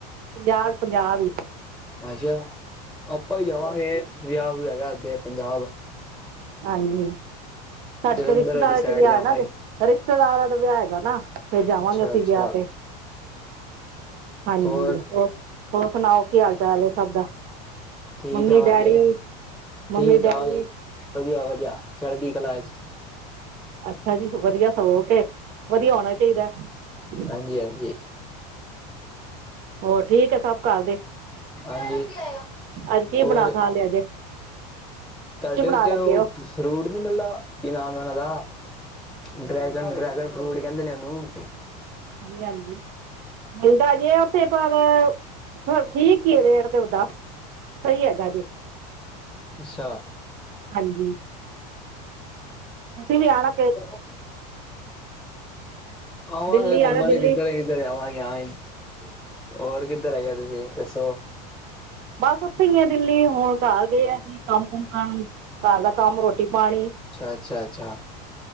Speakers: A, on the right (about 45°); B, in the centre.
A: ਪੰਜਾਬ ਪੰਜਾਬ ਈ।
B: ਅੱਛਾ ਆਪਾਂ ਵੀ ਜਾਵਾਂਗੇ ਵਿਆਹ ਵਿਯੂ ਹੈਗਾ ਅਗੇ ਪੰਜਾਬ।
A: ਹਾਂਜੀ ਸਾਡੇ
B: ਜਲੰਧਰ
A: ਤੇ ਰਿਸ਼ਤੇਦਾਰ
B: ਵਾਲੀ ਸਾਈਡ
A: ਚ ਵੇਹਾ
B: ਜਾਵਾਂਗੇ।
A: ਨਾ। ਰਿਸ਼ਤੇਦਾਰਾਂ ਦਾ ਵਿਆਹ ਹੈਗਾ ਨਾ ਫਿਰ ਜਾਵਾਂਗੇ
B: ਅੱਛਾ
A: ਅਸੀਂ
B: ਅੱਛਾ।
A: ਵਿਆਹ ਤੇ। ਹਾਂਜੀ
B: ਹੋਰ
A: ਹੋਰ ਸੁਣਾਓ ਕੀ ਹਾਲ ਚਾਲ ਸਭ ਦਾ।
B: ਠੀਕ
A: ਮੰਮੀ
B: ਠਾਕ
A: ਡੈਡੀ।
B: ਏ
A: ਮੰਮੀ
B: ਠੀਕ ਠਾਕ
A: ਡੈਡੀ।
B: ਏ ਵਧੀਆ ਵਧੀਆ ਚੜ੍ਹਦੀ ਕਲਾ ਚ।
A: ਅੱਛਾ ਜੀ ਵਧੀਆ ਸਗੋ ਓਕੇ ਵਧੀਆ ਹੋਣਾ ਚਾਹੀਦਾ ਏ।
B: ਹਾਂਜੀ ਹਾਂਜੀ।
A: ਹੋਰ ਠੀਕ ਹੈ ਸਭ ਘਰ ਦੇ।
B: ਹਾਂਜੀ
A: ਅੱਜ ਕੀ
B: ਹੋਰ।
A: ਬਣਾ ਖਾ ਲਿਆ ਜੇ ਕੀ
B: ਤੁਹਾਡੇ
A: ਬਣਾ
B: ਉਥੇ
A: ਲੱਗੇ
B: ਉਹ।
A: ਹੋ
B: ਫਰੂਟ ਨੀ ਮਿਲਦਾ ਕੀ ਨਾਮ ਏ ਓਨਾਂ ਦਾ, ਡਰੈਗਨ ਡਰੈਗਨ ਫਰੂਟ ਕੈਨਦੇ ਨੇ ਓਨੂੰ।
A: ਜੀ, ਹਾਂਜੀ। ਮਿਲਦਾ ਜੇ ਓਥੇ ਪੱਰ, ਠੀਕ ਈ ਏ ਰੇਟ ਦੇ <unintelligible> ਸਈ ਐਗਾ ਜੇ
B: ਅੱਛਾ।
A: ਹਾਂਜੀ। ਤੁਸੀਂ ਵੀ ਆਣਾ
B: <unintelligible> ਆਵਾਗੇ,
A: ਦਿੱਲੀ
B: ਘੁੰਮਣ
A: ਆਉਣਾ
B: ਈ
A: ਦਿੱਲੀ
B: ਕਿੱਦਰ ਈ ਦਰ <unintelligible> ਓਰ ਕਿਦਰ ਐਗੇ ਓ ਤੁਸੀ ਦੱਸੋ
A: ਬਾੱਸ ਓਥੇ ਈ ਆ ਦਿੱਲੀ, ਹੁਣ ਘਾੱਰ ਗਏ ਐ ਕਾੱਮ-ਕੁੱਮ ਕਰਨ, ਘਾੱਰ ਦਾ ਕਾੱਮ ਰੋਟੀ-ਪਾਣੀ।
B: ਅੱਛਾ, ਅੱਛਾ, ਅੱਛਾ